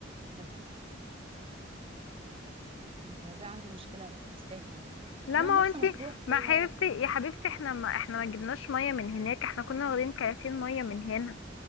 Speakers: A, on the right; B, on the left.
A: جنيه مثلا مم، فده عندي مشكله في الساحل يعني
B: لا
A: انما
B: ما
A: مرسى
B: هو انتي
A: مطروح
B: ما
A: هو
B: حبيبتي يا حبيبتي احنا ما احنا ما جبناش ميه من هناك احنا كنا واخدين كراتين ميه من هنا